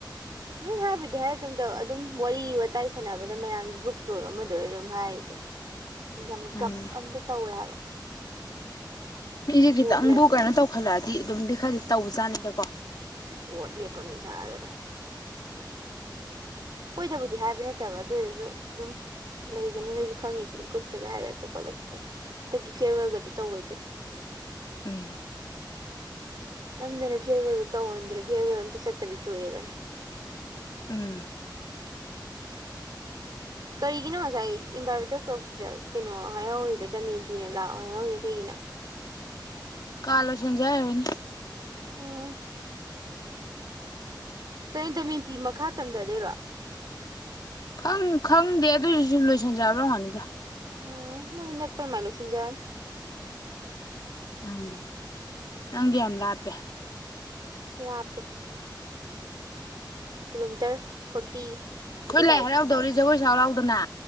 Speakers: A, on the right; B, on the left.
A: ꯎꯝ ꯍꯥꯏꯕꯨꯗꯤ ꯍꯥꯏꯗꯦꯝ ꯑꯗꯣ ꯑꯗꯨꯝ ꯋꯥꯔꯤ ꯋꯥꯇꯥꯏ ꯁꯥꯟꯅꯕꯗ ꯃꯌꯥꯝꯒꯤ ꯒ꯭ꯔꯨꯞꯇ ꯑꯣꯏꯔꯣ ꯑꯃꯗ ꯑꯣꯏꯔꯣ ꯑꯗꯨꯝ ꯍꯥꯏꯔꯤꯗꯨꯅꯤ ꯌꯥꯝ
B: ꯎꯝ
A: ꯒꯞ ꯑꯝꯗ ꯇꯧꯋꯦ ꯍꯥꯏꯕ
B: ꯃꯤꯖꯦ ꯈꯤꯇꯪꯕꯨ
A: ꯕꯣꯠ ꯂꯦꯞꯄ
B: ꯀꯩꯅꯣ ꯇꯧꯈꯠꯂꯛꯑꯗꯤ ꯑꯗꯨꯝꯗꯤ ꯈꯔꯗꯤ ꯇꯧꯕꯖꯥꯠꯅꯤꯗꯀꯣ
A: ꯚꯣꯠ ꯂꯦꯞꯄꯝꯅꯤ ꯁꯥꯗꯅ ꯑꯈꯣꯏꯗꯕꯨꯗꯤ ꯍꯥꯏꯕ ꯅꯠꯇꯕ ꯑꯗꯨ ꯑꯣꯏꯔꯖꯨ ꯑꯗꯨꯝ ꯂꯩꯗꯅ ꯅꯣꯏꯖꯨ ꯈꯪꯉꯤꯗꯨꯅꯤ ꯒ꯭ꯔꯨꯞꯇꯒ ꯍꯥꯏꯔꯛꯄ ꯈꯣꯠꯂꯛꯄꯗ ꯑꯗꯒꯤ ꯐꯤꯌꯔꯋꯦꯜꯒꯗꯣ ꯇꯧꯋꯤꯗꯨꯅꯤ <inaudible>
B: ꯎꯝ
A: ꯅꯝꯗꯅ ꯐꯤꯌꯔꯋꯦꯜꯗꯣ ꯇꯧꯍꯟꯗ꯭ꯔꯦ ꯐꯤꯌꯔꯋꯦꯜ ꯑꯝꯇ ꯆꯠꯇꯕꯤ ꯇꯣꯛꯑꯦꯗꯅꯥ
B: ꯎꯝ
A: ꯀꯩꯒꯤꯅꯣ ꯉꯁꯥꯏ ꯏꯝꯕꯥꯏꯃꯦꯟꯇꯦꯜ ꯀ꯭ꯂꯀꯤꯗ ꯀꯩꯅꯣ ꯍꯥꯏꯍꯧꯔꯤꯗꯣ ꯗꯃꯦꯟꯇꯤꯅ ꯂꯥꯛꯑꯣ ꯍꯥꯏꯍꯧꯔꯤꯗꯣ ꯀꯩꯒꯤꯅꯣ <inaudible>
B: ꯀꯥ ꯂꯣꯏꯁꯟꯖꯦ ꯍꯥꯏ ꯑꯣꯏꯔꯤꯅꯤ
A: ꯎꯝ ꯀꯩꯅꯣ ꯗꯃꯦꯟꯇꯤ ꯃꯈꯥ ꯇꯝꯊꯗꯣꯏꯔꯣ
B: ꯈꯪ ꯈꯪꯗꯦ ꯑꯗꯨꯏꯖꯨ ꯁꯨꯝ ꯂꯣꯏꯁꯟꯖꯦ ꯍꯥꯏꯕ ꯑꯣꯏꯔꯝꯒꯅꯤꯗꯥ
A: ꯎꯝ ꯃꯣꯏꯅꯛꯄ ꯃꯥꯏ ꯂꯣꯏꯁꯤꯟꯖꯔꯅꯤ
B: ꯎꯝ ꯅꯪꯗꯤ ꯌꯥꯝ ꯂꯥꯞꯄꯦ
A: ꯂꯥꯞꯄꯦ ꯀꯤꯂꯣꯃꯤꯇꯔ ꯐꯣꯔꯇꯤ ꯐꯣꯔꯇꯤ
B: ꯑꯈꯣꯏ ꯂꯥꯏ
A: ꯐꯥꯏꯚ
B: ꯍꯔꯥꯎꯗꯧꯔꯤ ꯖꯒꯣꯏ ꯁꯥꯎ ꯂꯥꯎꯗꯅꯥ